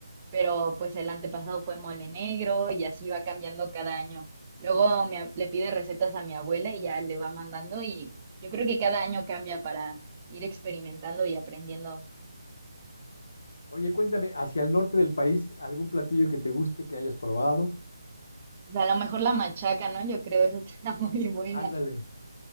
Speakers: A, on the right; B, on the left.
A: pero pues el antepasado fue mole negro y así va cambiando cada año. Luego mi ab- le pide recetas a mi abuela y ya le va mandando y yo creo que cada año cambia para ir experimentando y aprendiendo.
B: Oye, cuéntame, hacia el norte del país, ¿algún platillo que te guste, que hayas probado?
A: a lo mejor la machaca, ¿no? Yo creo eso está <laughs> muy buena.
B: Ándale.